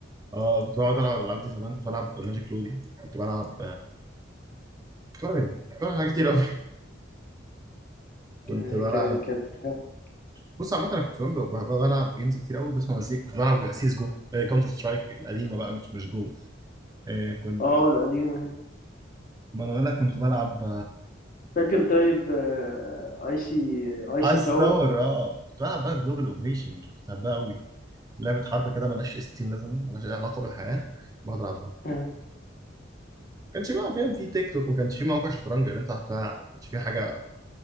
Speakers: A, on the right; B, on the left.
A: اه كنت بقعد ألعب الألعاب دي زمان كنت بلعب ماجيك كلو دي كنت بلعب كنت بلعب ايه؟ كنت بلعب حاجات كتير أوي كنت
B: كان-
A: بلعب
B: كان- كانت حلوة.
A: بص عامة أنا كنت بلعب بلعب- بلعب جيمز كتير قوي بسمع مزيكا كنت بلعب سيس جو كاونتر سترايك القديمة بقى مش مش جو آه، كنت
B: اه القديمة
A: ما أنا بقول لك كنت بلعب
B: فاكر طيب آه، اي سي اي سي
A: ايس
B: تاور
A: تاور اه كنت بلعب بقى جلوبال اوبريشن كنت بحبها قوي لعبة حرب كده ملهاش اس 60 لازمة ملهاش أي علاقة بالحياة بقعد ألعبها ما
B: آه،
A: كانش بقى فاهم في تيك توك ما كانش في موقع شطرنج اللي أنت هتلعب ما كانش في حاجة